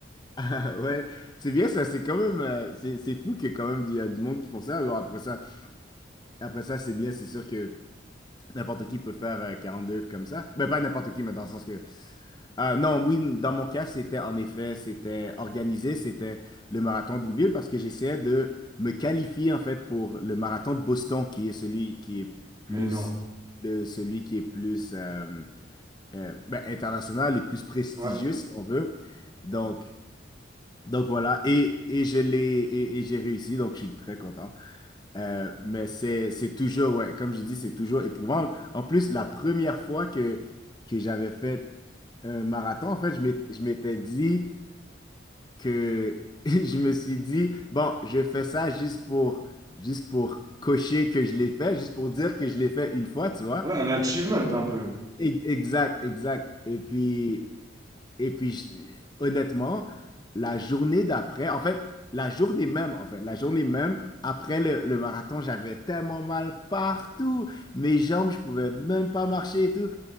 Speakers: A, on the left; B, on the right.
A: <laughs> ouais, c'est bien ça, c'est quand même, euh, c'est c'est fou qu'il y ait quand même du, il y a du monde qui font ça. Alors après ça, Après ça, c'est bien, c'est sûr que n'importe qui peut faire euh, 42 comme ça. Mais pas n'importe qui, mais dans le sens que... Euh, non, oui, dans mon cas, c'était en effet, c'était organisé, c'était le marathon d'une ville parce que j'essayais de me qualifier en fait pour le marathon de Boston qui est celui qui est plus
B: Mais non.
A: le celui qui est plus euh, euh, ben, international et plus prestigieux
B: Ouais.
A: si on veut. Donc donc voilà et et je l'ai et, et j'ai réussi donc je suis très content. Euh, mais c'est, c'est toujours, ouais, comme je dis, c'est toujours éprouvant. En plus, la première fois que, que j'avais fait un marathon, en fait, je m'ét- je m'étais dit que <laughs> je me suis dit, bon, je fais ça juste pour, juste pour cocher que je l'ai fait, juste pour dire que je l'ai fait une fois, tu vois.
B: Ouais, un achievement un peu.
A: E- Exact, exact. Et puis, Et puis, je- honnêtement, la journée d'après, en fait, la journée même, en fait, la journée même, après le, le marathon, j'avais tellement mal partout. Mes jambes, je pouvais même pas marcher et tout.